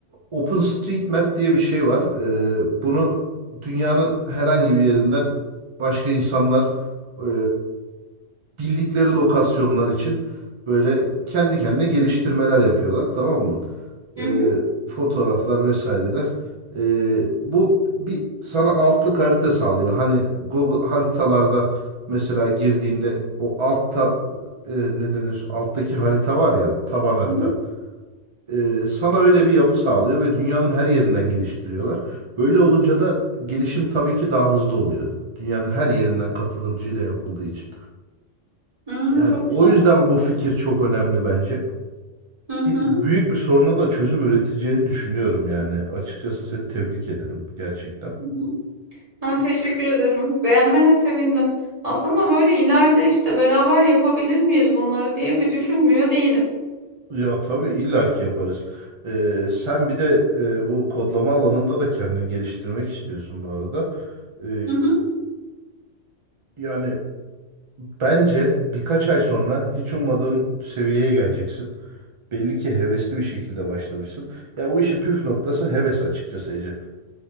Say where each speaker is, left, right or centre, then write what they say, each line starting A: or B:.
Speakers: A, on the right; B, on the right.
A: OpenStreetMap diye bir şey var. E, bunu dünyanın herhangi bir yerinden başka insanlar e, bildikleri lokasyonlar için böyle kendi kendine geliştirmeler yapıyorlar, tamam mı?
B: Hı
A: e,
B: hı.
A: fotoğraflar vesaireler. E, bu bir sana altlık harita sağlıyor. Hani Google haritalarda mesela girdiğinde o altta e, ne denir? Alttaki harita var ya taban harita.
B: Hı
A: E, sana öyle bir yapı sağlıyor ve dünyanın her yerinden geliştiriyorlar. Böyle olunca da gelişim tabii ki daha hızlı oluyor. Dünyanın her yerinden katılımcıyla yapıldığı için.
B: hı. Hı,
A: Yani
B: çok
A: o yüzden bu fikir çok önemli bence.
B: Hı
A: Ki
B: hı.
A: büyük bir soruna da çözüm üreteceğini düşünüyorum yani. Açıkçası seni tebrik ederim gerçekten.
B: hı hı. Ben teşekkür ederim. Beğenmene sevindim. Aslında böyle ileride işte beraber yapabilir miyiz bunları diye bir düşünmüyor değilim.
A: Ya tabii illaki yaparız. Ee, sen bir de e, bu kodlama alanında da kendini geliştirmek istiyorsun bu arada. Ee,
B: Hı hı.
A: yani bence birkaç ay sonra hiç ummadığın seviyeye geleceksin. Belli ki hevesli bir şekilde başlamışsın. Ya bu işin püf noktası heves açıkçası Ece.